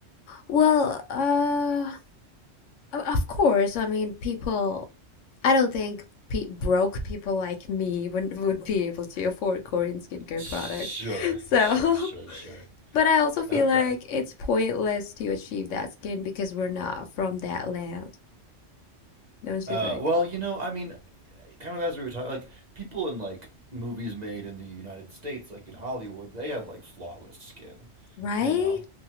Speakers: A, on the left (about 80°); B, on the right (about 40°).
A: Well, uh, of course. I mean, people. I don't think pe- broke people like me would would be able to afford Korean skincare
B: Sure,
A: products. So,
B: sure, sure,
A: <laughs>
B: sure.
A: but I also feel
B: Okay.
A: like it's pointless to achieve that skin because we're not from that land, don't
B: Uh,
A: you think?
B: well, you know, I mean, kind of as we were talking, like people in like movies made in the United States, like in Hollywood, they have like flawless skin,
A: Right?
B: you know.